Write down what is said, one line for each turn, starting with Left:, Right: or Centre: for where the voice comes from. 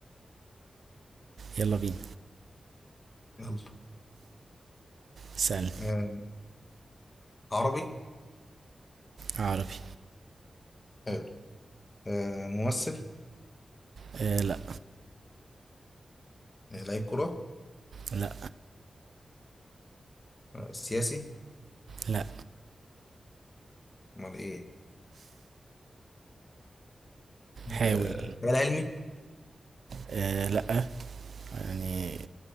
Right: يلا بينا
Left: يلا
Right: سأل
Left: آه عربي
Right: عربي
Left: حلو آه ممثل
Right: آه لا
Left: آه لعيب كرة
Right: لا
Left: آه سياسي
Right: لا
Left: امال ايه
Right: حاول
Left: آه خيال علمي
Right: آه لا يعني